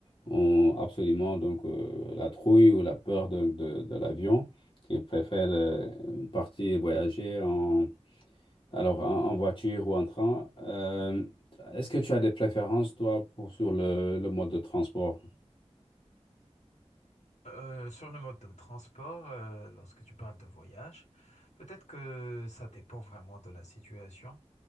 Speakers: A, on the left; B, on the left.
A: ont absolument donc euh, la trouille ou la peur donc, de, de l'avion, qui préfèrent euh, partir voyager en, alors, en, en voiture ou en train. Euh, est-ce que tu as des préférences, toi, pour, sur le le mode de transport?
B: Euh, sur le mode de transport, euh, lorsque tu parles de voyage, peut-être que ça dépend vraiment de la situation.